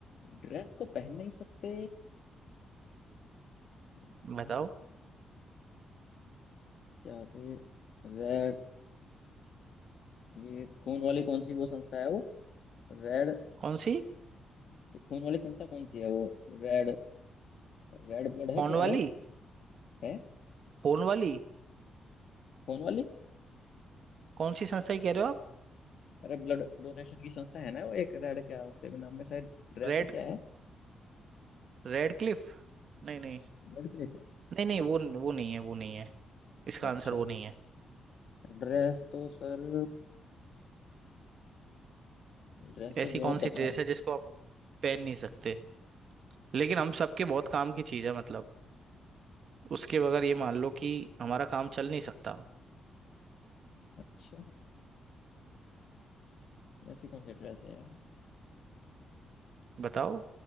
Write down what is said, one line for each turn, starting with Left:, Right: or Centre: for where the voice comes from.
Left: ड्रेस को पहन नहीं सकते हम्म,
Right: बताओ
Left: क्या थे रेड ये खून वाली कौन सी वो संस्था है वो रेड
Right: कौन सी
Left: ये खून वाली संस्था कौन सी है वो रेड रेड ब्लड है
Right: फोन
Left: क्या है
Right: वाली
Left: वो है
Right: फोन वाली
Left: खून वाली
Right: कौन सी संस्था की कह रहे हो आप
Left: अरे ब्लड डोनेशन की संस्था है ना वो एक रेड क्या उसके भी नाम में शायद ड्रेस
Right: रेड
Left: है क्या है
Right: Red cliff नहीं नहीं
Left: ब्लड प्लेस है
Right: नहीं नहीं
Left: हम्म,
Right: वो वो नहीं है वो नहीं है इसका
Left: अच्छा
Right: आंसर वो नहीं है
Left: ड्रेस तो सर ड्रेस
Right: ऐसी
Left: तो <clears throat> जो
Right: कौन
Left: आप
Right: सी
Left: बता
Right: ड्रेस
Left: रहे हैं
Right: है जिसको आप पहन नहीं सकते लेकिन हम सबके बहुत काम की चीज है मतलब उसके बगैर ये मान लो कि हमारा काम चल नहीं सकता
Left: अच्छा ऐसी कौन सी ड्रेस है यार
Right: बताओ